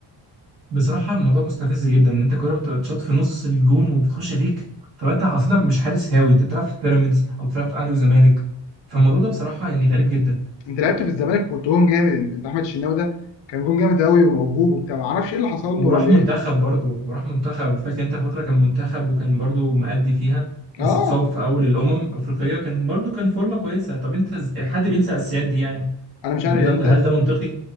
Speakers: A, on the right; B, on the left.
A: بصراحة الموضوع مستفز جدا ان انت كورة بتتشاط في نص الجون وبتخش فيك طب انت اصلا مش حارس هاوي انت بتلعب في بيراميدز او بتلعب في اهلي وزمالك فالموضوع ده بصراحة يعني غريب جدا
B: انت لعبت في الزمالك وكنت جون جامد انت انت احمد الشناوي ده كان جون جامد قوي وموهوب وبتاع ما اعرفش ايه اللي حصل له
A: وراح
B: ولا
A: منتخب
B: ايه
A: برضه وراح منتخب فاكر انت فترة كان منتخب وكان برضه مأدي فيها بس
B: اه
A: اتصاب في اول الامم الافريقية كان برضه كان فورمة كويسة طب انت إز- حد بينسى الاساسيات دي يعني
B: انا مش
A: يعني
B: عارف
A: هل
B: يعني
A: ده
B: انت
A: هل ده منطقي